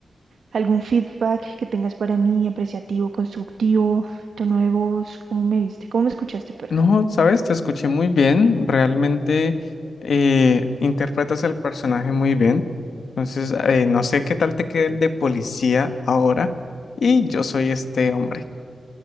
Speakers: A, on the right; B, on the left.
A: algún feedback que tengas para mí, apreciativo, constructivo, tono de voz? ¿Cómo me viste? ¿Cómo me escuchaste? Perdón.
B: No, sabes, te escuché muy bien, realmente eh, interpretas el personaje muy bien. Entonces, eh, no sé qué tal te quede el de policía ahora. Y yo soy este hombre,